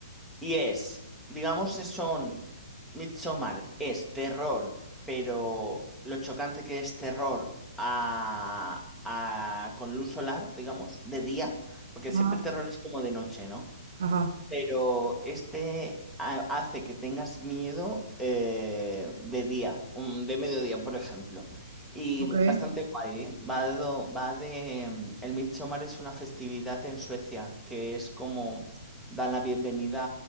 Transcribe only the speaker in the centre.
Y es, digamos, es- son Midsommar es terror, pero lo chocante que es terror a, a- con luz solar, digamos, de día, porque
siempre el terror es como de noche, ¿no?
Pero este ha- hace que tengas miedo eh, de día, un- de mediodía, por ejemplo. Y
bastante guay, ¿eh? Va de, do- va de... mm, El Midsommar es una festividad en Suecia que es como dan la bienvenida